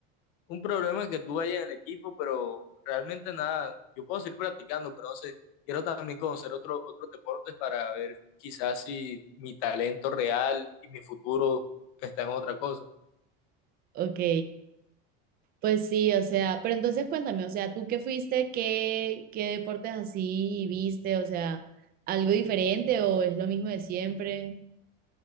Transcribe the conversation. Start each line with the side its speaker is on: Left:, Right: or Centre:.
Left: un problema que tuve ahí en el equipo, pero realmente nada, yo puedo seguir practicando, pero no sé, quiero también conocer otro, otros deportes para ver quizás si mi talento real y mi futuro está en otra cosa.
Right: ok. Pues sí, o sea, pero entonces cuéntame, o sea, ¿tú qué fuiste, qué, qué deportes así viste? O sea, ¿algo diferente o es lo mismo de siempre?